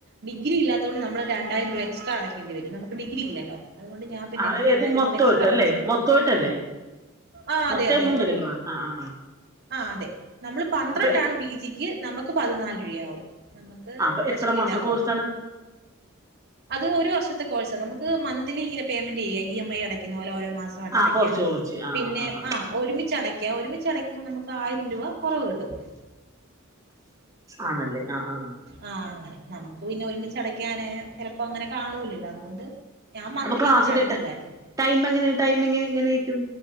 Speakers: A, on the right (about 50°); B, on the right (about 15°).
A: ഡിഗ്രിയില്ലാത്തോണ്ട് നമ്മള് രണ്ടായിരം രൂപ എക്സ്ട്രാ അടയ്ക്കേണ്ടിവരും നമുക്ക് ഡിഗ്രി ഇല്ലല്ലോ അതുകൊണ്ട് ഞാൻ പിന്നെ
B: ആ
A: രണ്ടായിരം
B: ഇത് മൊത്തമായിട്ടല്ലേ
A: കൂടെ എക്സ്ട്രാ അടച്ച്
B: മൊത്തമായിട്ടല്ലേ
A: ആഹ്
B: മൊത്തം
A: അതെ അതെ
B: എമൗണ്ട്
A: അതെ
B: അല്ലേ പറഞ്ഞത് ആ ആ ആ
A: ആഹ് അതെ നമ്മള് പന്ത്രണ്ടാണ്
B: അപ്പൊ എ-
A: പി ജിക്ക് ക്ക് നമുക്ക് പതിനാല് രൂപയാവും നമുക്ക്
B: ആഹ് അപ്പൊ
A: പ്ലസ്
B: എത്ര
A: ടു
B: മാസ
A: ഇല്ലാത്തോണ്ട്
B: കോഴ് സാണ്
A: അത് ഒരു വർഷത്തെ കോഴ്സാ. നമുക്ക് മന്ത്ലി ഇങ്ങനെ പേയ്മെന്റ് ചെയ്യാം ഇ എം ഐ അടക്കുന്ന പോലെ ഓരോ മാസം. ത്തോട്ടടക്ക്യാം
B: ആ കുറച്ച് കുറച്ച് ആ
A: പിന്നെ
B: ആ ആ ആ
A: ആഹ് ഒരുമിച്ചടക്ക്യ. ഒരുമിച്ച് അടയ്ക്കുമ്പം നമുക്ക് ആയിരം രൂപ കുറവ് കിട്ടും.
B: ആണല്ലേ ആഹ് ആഹ് ആഹ്.
A: ആഹ് അങ്ങനെ. നമുക്ക് പിന്നെ ഒരുമിച്ചടക്കാന് ചിലപ്പ ങ്ങനെ കാണൂലല്ലോ അതുകൊണ്ട് ഞാൻ മന്ത്ലി
B: അപ്പൊ ക്ലാസ്സിലിട്ട്,
A: ഇങ്ങനെ അടയ്ക്കുവായിരുന്നു
B: ടൈം എങ്ങനെ ടൈമിങ് എങ്ങനേക്കും?